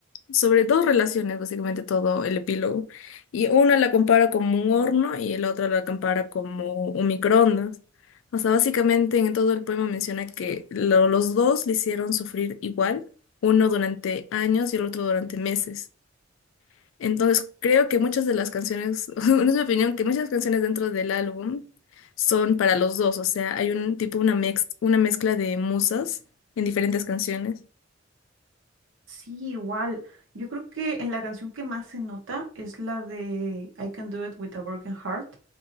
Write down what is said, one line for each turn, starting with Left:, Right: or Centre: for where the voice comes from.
Left: sobre dos relaciones, básicamente todo el epílogo. Y una la compara como un horno y el otro la compara como un microondas. O sea, básicamente en todo el poema menciona que lo- los dos le hicieron sufrir igual, uno durante años y el otro durante meses. Entonces, creo que muchas de las canciones, <laughs> es mi opinión, que muchas canciones dentro del álbum son para los dos, o sea, hay un tipo, una mez- una mezcla de musas en diferentes canciones.
Right: Sí, igual. Yo creo que en la canción que más se nota es la de I Can Do It With a Broken Heart,